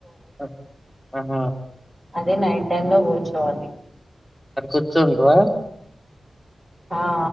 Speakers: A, in the centre; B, on the right.
A: అ ఆహ
B: అదే నైట్ టైమ్ లో కూర్చోవాలి.
A: అటు కూర్చోంటవా?
B: ఆఆ